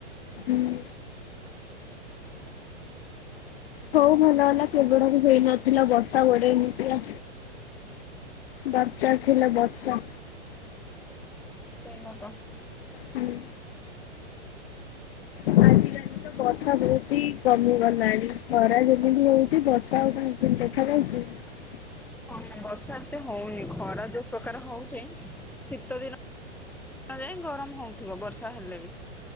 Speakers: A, on the left; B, in the centre.
A: ହୁଁ। ହୋଉ ଭଲ ହେଲା କେବଳ ବି ହେଇନଥିଲା ବର୍ଷା ଗଡ଼େଇ ନେଇଥିଲା। ଦରକାର ଥିଲା ବର୍ଷା।
B: ସେଇଟା ତ।
A: ହୁଁ। <unintelligible> ତ ବର୍ଷା ବୋହୁତ ହି କମିଗଲାଣି ଖରା ଯେମିତି ହୋଉଛି ବର୍ଷା ଆଉ କାଇଁ ଦେଖାଯାଉଛି। ହ
B: ହଁ ବର୍ଷା ଏତେ ହଉନି ଖରା ଯୋଉ ପ୍ରକାର ହଉଚି ଶୀତ ଦିନ ଆ ଯାଇଁ ଗରମ ହଉଥିବ ବର୍ଷା ହେଲେ ବି।